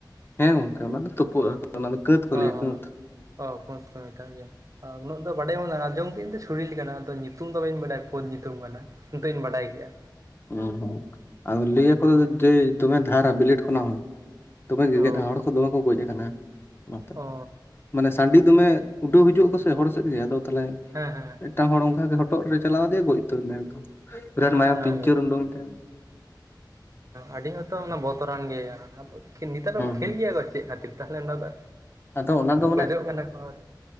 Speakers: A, on the left; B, on the right.
A: ᱦᱮᱸ ᱜᱚᱝᱠᱮ ᱚᱱᱟ ᱫᱚ ᱛᱩᱯᱩᱜᱼᱟ᱾ ᱚᱱᱟ ᱫᱚ ᱠᱟᱹᱛ ᱠᱚ
B: ᱦᱳᱭ
A: ᱞᱟᱹᱭᱟ
B: ᱦᱳᱭ
A: ᱠᱟᱹᱛ
B: ᱠᱟᱹᱛ ᱠᱚ ᱢᱮᱛᱟᱜ ᱜᱮᱭᱟ᱾ ᱩᱱᱟᱹᱜ ᱫᱚ ᱵᱟᱰᱟᱭ ᱵᱟᱱᱩᱜ ᱟᱸᱡᱚᱢ ᱠᱮᱫᱟᱹᱧ ᱫᱚ ᱪᱷᱩᱨᱤ ᱞᱮᱠᱟ ᱱᱟᱜ ᱟᱫᱚ ᱧᱩᱛᱩᱢ ᱫᱚ ᱵᱟᱹᱧ ᱵᱟᱰᱟᱭᱟ ᱠᱟᱹᱛ ᱧᱩᱛᱩᱢ ᱠᱟᱱᱟ᱾ ᱱᱤᱛᱚᱜ ᱤᱧ ᱵᱟᱰᱟᱭ ᱠᱮᱭᱟ᱾
A: ᱦᱩᱸ ᱟᱫᱚ ᱞᱟᱹᱭ ᱟᱠᱚ ᱡᱮ ᱫᱚᱢᱮ ᱫᱷᱟᱨᱟ ᱵᱤᱞᱮᱰ ᱠᱷᱚᱱᱟᱜ ᱦᱚᱸ᱾ ᱫᱚᱢᱮ ᱜᱮᱜᱮᱫ-ᱟ
B: ᱚ
A: ᱦᱚᱲ ᱠᱚ ᱫᱚᱢᱮ ᱠᱚ ᱜᱚᱡ ᱟᱠᱟᱱᱟ ᱚᱱᱟᱛᱮ᱾
B: ᱚ
A: ᱢᱟᱱᱮ ᱥᱟᱺᱰᱤ ᱫᱚᱢᱮ ᱩᱰᱟᱹᱣ ᱦᱤᱡᱩᱜᱼᱟ ᱟᱠᱚ ᱥᱮ ᱦᱚᱲ ᱥᱮᱫ ᱜᱮ ᱟᱫᱚ ᱛᱟᱦᱞᱮ
B: ᱦᱮᱸ ᱦᱮᱸ
A: ᱢᱤᱫᱴᱟᱝ ᱦᱚᱲ ᱚᱱᱠᱟᱜᱮ ᱦᱚᱴᱚᱜ ᱨᱮ ᱪᱟᱞᱟᱣ ᱟᱫᱮᱭᱟ ᱜᱚᱡ ᱩᱛᱟᱹᱨ ᱱᱟᱭ ᱵᱤᱨᱟᱴ
B: ᱦᱮᱸ
A: ᱢᱟᱭᱟᱢ
B: ᱚᱱᱟ
A: ᱯᱤᱧᱪᱤᱹᱨ
B: ᱜᱮᱛᱚ
A: ᱩᱰᱩᱝ ᱮᱱ ᱛᱟᱭᱟ᱾
B: ᱟᱹᱰᱤ ᱦᱚᱸᱛᱚ ᱚᱱᱟ ᱵᱚᱛᱚᱨᱟᱱ ᱜᱮᱭᱟ ᱟᱫᱚ ᱱᱮᱛᱟᱨ ᱫᱚ ᱠᱷᱮᱞ
A: ᱦᱩᱸ
B: ᱜᱮᱭᱟ ᱠᱚ ᱪᱮᱫ ᱠᱷᱟᱹᱛᱤᱨ ᱛᱟᱦᱞᱮ ᱚᱱᱟ ᱫᱚ
A: ᱟᱫᱚ ᱚᱱᱟ ᱫᱚ ᱢᱟᱱᱮ
B: ᱜᱚᱡᱚᱜ ᱠᱟᱱᱟ ᱠᱚ ᱦᱚᱲ᱾